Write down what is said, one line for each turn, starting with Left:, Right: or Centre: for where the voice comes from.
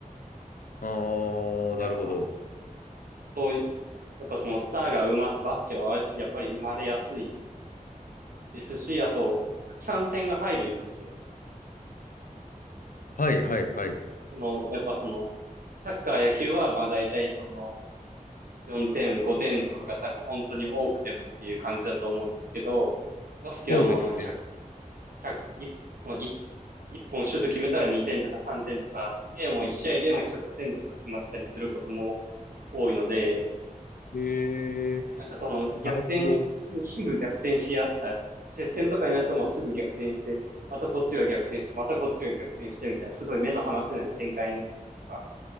Left: あー、
Right: やっぱ
Left: なるほど。
Right: そういう、やっぱそのスターが生ま、バスケはやっぱり生まれやすいですし、あと、たくさん点が入るんですよ。
Left: はいはいはい。
Right: その、やっぱその、サッカー、野球は、まあ大体その、4点、5点とかが多分本当に多くてもっていう感じだと思うんですけど、バスケはもうあの100、
Left: そうですね。
Right: いその1、一本シュート決めたら2点とか3点とかで、もう1試合でも100点とか決まったりすることも多いので、
Left: へえー、
Right: なんかその逆転、
Left: なるほど。
Right: すぐすぐ逆転し合った、接戦とかになるともうすぐ逆転して、またこっちが逆転して、またこっちが逆転してみたいな、すごい目の離せない展開になってとか。